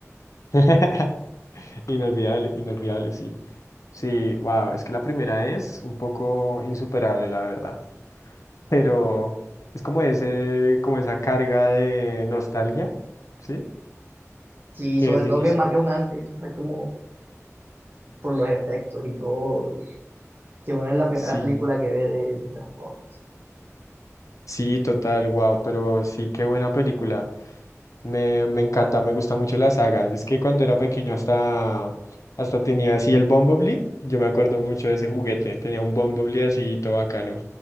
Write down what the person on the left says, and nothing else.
<laughs> Inolvidable, inolvidable, sí. Sí, wow, es que la primera es un poco insuperable, la verdad. pero es como ese, como esa carga de nostalgia, ¿sí?
Que
es difícil.
Sí,
sí, total, wow, pero sí, qué buena película. Me, me encanta, me gusta mucho la saga. Es que cuando era pequeño hasta, hasta tenía así el Bumblebee. Yo me acuerdo mucho de ese juguete. Tenía un Bumblebee así todo bacano,